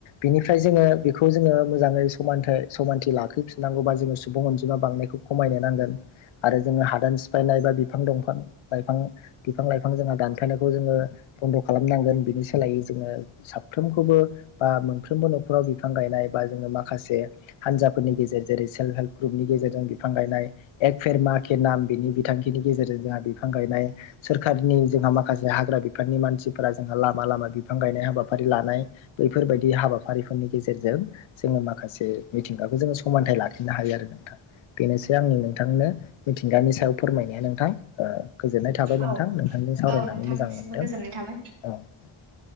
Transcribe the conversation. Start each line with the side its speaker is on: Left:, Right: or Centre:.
Left: बिनिफ्राय जोङो बेखौ जोङो मोजाङै समानथ समानथि लाखो नांगौबा जोङो सुबुं अनजिमा बांनायखौ खमायनो नांगोन आरो जोङो हादान सिफायनाय बा बिफां दंफां लाइफां बिफां लाइफां जोंहा दानफायनायखौ जोङो बन्द' खालामनांगोन बिनि सोलायै जोङो साफ्रोमखौबो बा मोनफ्रोमबो न'खराव बिफां गाय -नाय बा जोङो माखासे, हानजाफोरनि गेजेर जेरै सेल् हेल् ग्रुनि गेजेरजों बिफां गायनाय- -एक फेर मा के नाम बिनि बिथांखिनि गेजेरजों जोंहा बिफां गायनाय, सोरखारनि जोंहा माखासे हाग्रा- -बिफाननि मानसिफोरा जोंहा लामा लामा बिफां गायनाय हाबाफारि लानाय, बैफोरबायदि हाबाफारिफोरनि गेजेरजों- -जों, जोङो माखासे मिथिंगाखौ जोङो समानथाइ लाखिनो हायो आरो नोंथां बेनोसै आंनि नों- -नोंथांनो मिथिंगानि सायाव फोरमायनाया नोंथां ओ- 'गोजोननाय थाबाय
Right: औ
Left: नोंथां नोंथांजों सावरायनानै
Right: औ नोंथांनिसिमबो
Left: मोजां मोनदों।
Right: गोजोननाय थाबाय।
Left: अ